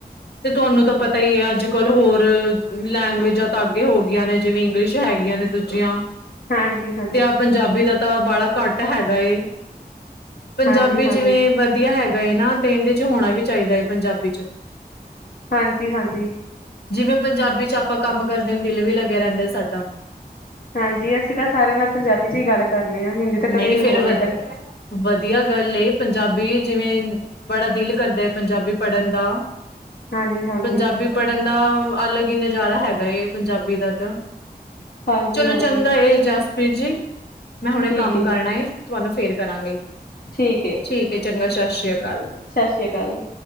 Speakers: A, on the left (about 80°); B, on the left (about 65°).
A: ਤੇ ਤੁਹਾਨੂੰ ਤਾਂ ਪਤਾ ਈ ਐ ਅੱਜ ਕੱਲ ਹੋਰ ਲੈਂਗੁਏਜਾਂ ਤਾਂ ਅੱਗੇ ਹੋ ਗਈਆਂ ਨੇ ਜਿਵੇਂ ਇੰਗਲਿਸ਼ ਹੈਗੀਆਂ ਨੇ ਦੂਜੀਆਂ
B: ਹਾਂਜੀ ਹਾਂਜੀ
A: ਤੇ ਆ ਪੰਜਾਬੀ ਦਾ ਤਾਂ ਬਾੜਾ ਘੱਟ ਹੈਗਾ ਏ
B: ਹਾਂਜੀ
A: ਪੰਜਾਬੀ ਜਿਵੇਂ
B: ਹਾਂਜੀ
A: ਵਧੀਆ ਹੈ। ਏ ਨਾ ਤੇ ਏਂਦੇ 'ਚ ਹੋਣਾ ਵੀ ਚਾਈਦਾ ਏ ਪੰਜਾਬੀ 'ਚ
B: ਹਾਂਜੀ-ਹਾਂਜੀ
A: ਜਿਵੇਂ ਪੰਜਾਬੀ 'ਚ ਆਪਾਂ ਕੰਮ ਕਰਦੇ ਦਿਲ ਵੀ ਲੱਗੇ ਰੈਂਦੇ ਸਾਡਾ
B: ਹਾਂਜੀ ਅਸੀਂ ਤਾਂ ਸਾਰਿਆਂ ਨਾਲ ਪੰਜਾਬੀ 'ਚ ਹੀ ਗੱਲ ਕਰਨੇ ਆਂ ਹਿੰਦੀ ਤਾਂ
A: ਨਹੀਂ
B: ਕਦੀ
A: ਫੇਰ
B: ਬੋਲੇ
A: ਵ
B: ਕਰ
A: ਵਧੀਆ ਗੱਲ ਏ ਪੰਜਾਬੀ ਜਿਵੇਂ ਬੜਾ ਦਿਲ ਕਰਦਾ ਐ ਪੰਜਾਬੀ ਪੜ੍ਹਨ ਦਾ
B: ਹਾਂਜੀ ਹਾਂਜੀ
A: ਪੰਜਾਬੀ ਪੜ੍ਹਨ ਦਾ ਅਲੱਗ ਹੀ ਨਜ਼ਾਰਾ ਹੈਗਾ ਏ ਪੰਜਾਬੀ ਦਾ ਤਾਂ
B: ਹਾਂਜੀ
A: ਚਲੋ
B: ਹਾਂਜੀ
A: ਚੰਗਾ ਏ ਜਸਪ੍ਰੀਤ ਜੀ ਮੈਂ ਹੁਣੇ
B: ਠੀਕ
A: ਕੰਮ
B: ਹੈ
A: ਕਰਨਾ
B: ਜੀ
A: ਏ। ਤੁਹਾਨੂੰ ਫੇਰ ਕਰਾਂਗੇ।
B: ਠੀਕ ਏ।
A: ਠੀਕ ਹੈ ਚੰਗਾ ਸਤਿ ਸ੍ਰ ਅਕਾਲ ਜੀ।
B: ਸਤਿ ਸ਼੍ਰੀ ਅਕਾਲ ਜੀ।